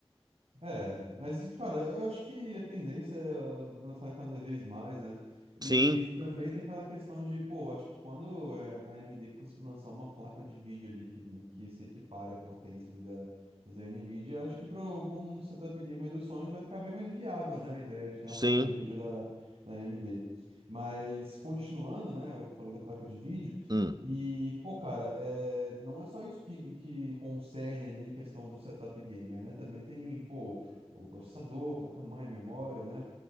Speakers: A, on the right; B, on the right.
A: É, mas, cara, eu acho que a tendência é ela falar cada vez mais, né? E
B: Sim,
A: também tem aquela questão de, pô, acho que quando é, a AMD conseguir lançar uma placa de vídeo ali que, que se equipare à potência ali da, das da NVIDIA, acho que para um setup gamer dos sonhos vai ficar bem mais viável, né? A ideia de ter
B: sim.
A: uma placa de vídeo da, da AMD. Mas, continuando, né? Eu falei da placa de vídeo.
B: Hum,
A: E, pô, cara, é, não é só isso que, que concerne ali a questão do setup gamer, né? Também tem, pô, o processador, a placa-mãe, a memória, né?